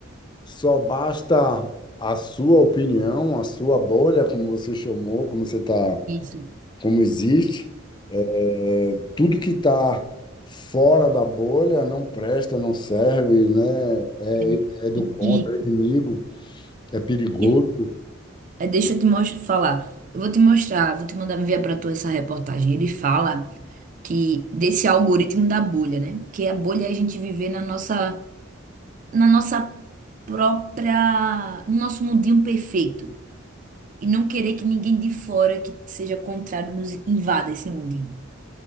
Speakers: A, on the left (about 25°); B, on the right (about 40°).
A: só basta a sua opinião, a sua bolha, como você chamou, como você está,
B: Isso.
A: como existe. É, tudo que está fora da bolha não presta, não serve, né? É,
B: É.
A: é do
B: E,
A: contra,
B: e-
A: é inimigo, é perigoso.
B: e- é, deixa eu te mos- falar. Eu vou te mostrar, vou te mandar enviar para tu essa reportagem. Ele fala que desse algoritmo da bolha, né? Porque a bolha é a gente viver na nossa na nossa própria, no nosso mundinho perfeito e não querer que ninguém de fora que seja contrário nos invada esse mundinho.